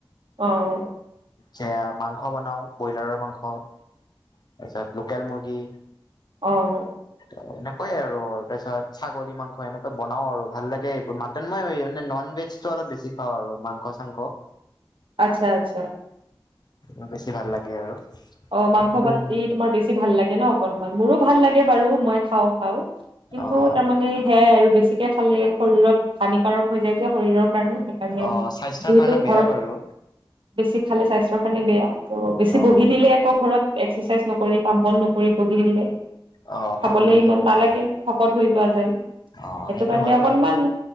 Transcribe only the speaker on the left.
যা মাংস বনাও ব্ৰইলাৰৰ মাংস। তাৰপিছত লোকেল মুৰ্গি
ত' এনেকৈ আৰু তাৰপিছত ছাগলী মাংস এনেকে বনাও আৰু ভাল লাগে এইবোৰ মই ন'ন ভেজটো অলপ বেছি খাওঁ আৰু মাংস চাংস।
মোৰ বেছি ভাল লাগে আৰু।
একদম
অ',
অ', স্বাস্থ্যৰ
কাৰণে
বেয়া বাৰু
অ',
অ', শকত
হৈ
যোৱা যায়
অ',
হয়
বাৰু